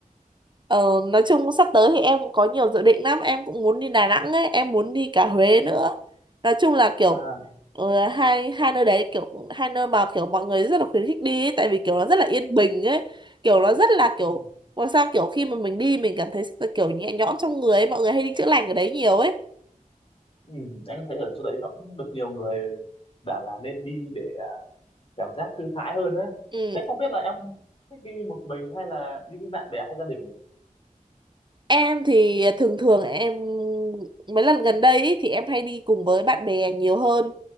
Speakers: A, on the right; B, on the left.
A: Ờ, nói chung sắp tới thì em cũng có nhiều dự định lắm. Em cũng muốn đi Đà Nẵng ấy, em muốn đi cả Huế nữa. Nói chung là kiểu
B: À,
A: ờ, hai hai nơi đấy kiểu hai nơi mà kiểu mọi người rất là khuyến khích đi ấy, tại vì kiểu nó rất là yên bình ấy, kiểu nó rất là kiểu
B: ừ.
A: ngoài sao kiểu khi mà mình đi mình cảm thấy kiểu nhẹ nhõm trong người ấy, mọi người hay đi chữa lành ở đấy nhiều ấy.
B: Ừ, anh thấy ở chỗ đấy nó cũng được nhiều người bảo là nên đi để cảm giác thư thái hơn đấy.
A: Ừ.
B: Thế không biết là em thích đi một mình hay là đi với bạn bè hay gia đình nhỉ?
A: Em thì thường thường em mấy lần gần đây ý, thì em hay đi cùng với bạn bè nhiều hơn.